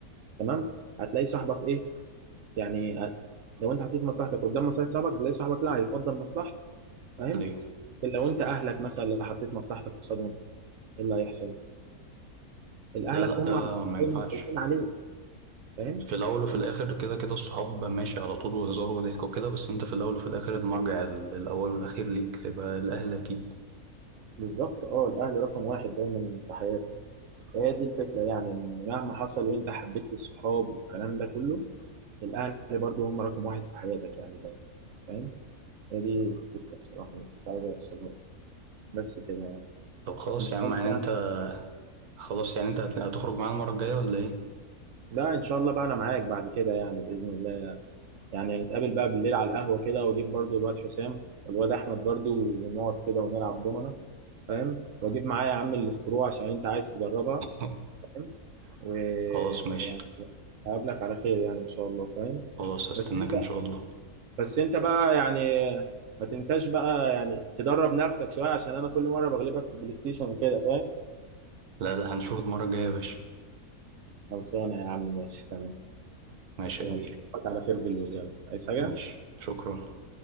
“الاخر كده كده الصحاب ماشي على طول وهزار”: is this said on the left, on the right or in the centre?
Right